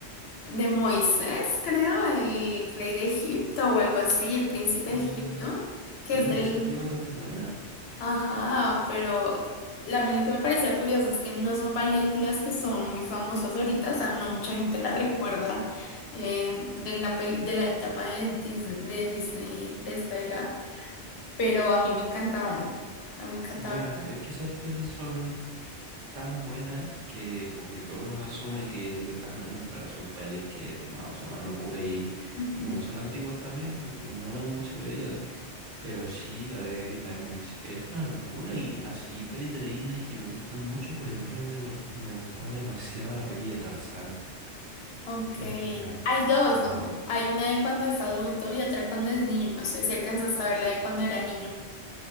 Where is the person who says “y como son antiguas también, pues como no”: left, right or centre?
Right